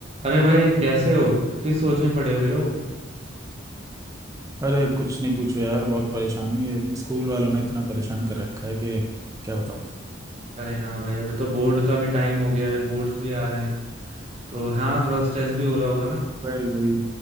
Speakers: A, on the right (about 30°); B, on the right (about 15°).
A: अरे भाई कैसे हो किस सोच में पड़े हुए हो
B: अरे कुछ नहीं पूछो यार बहुत परेशान हूँ ये स्कूल वालों ने इतना परेशान कर रखा है कि क्या बताऊँ
A: अरे हाँ भाई अभी तो बोर्ड का भी टाइम हो गया है बोर्ड्स भी आ रहे हैं तो हाँ थोड़ा स्ट्रेस भी हो रहा होगा ना
B: वही वही